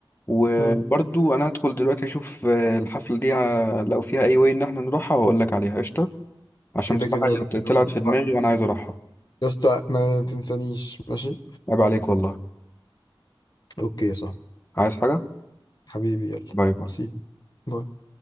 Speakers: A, on the left (about 25°); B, on the left (about 50°).
A: وبرضو
B: مم.
A: انا هدخل دلوقتي اشوف آه، الحفلة دي آه، لو فيها اي واي ان احنا نروحها واقول لك عليها قشطة عشان
B: كده
A: بصراحة
B: كده يا باشا.
A: هي طلعت
B: بقى.
A: في دماغي وانا عايز اروحها
B: يا اسطى ما تنسانيش ماشي
A: عيب عليك والله
B: اوكي يا صاحبي
A: عايز حاجة
B: حبيبي يلا
A: باي باي
B: سي باي.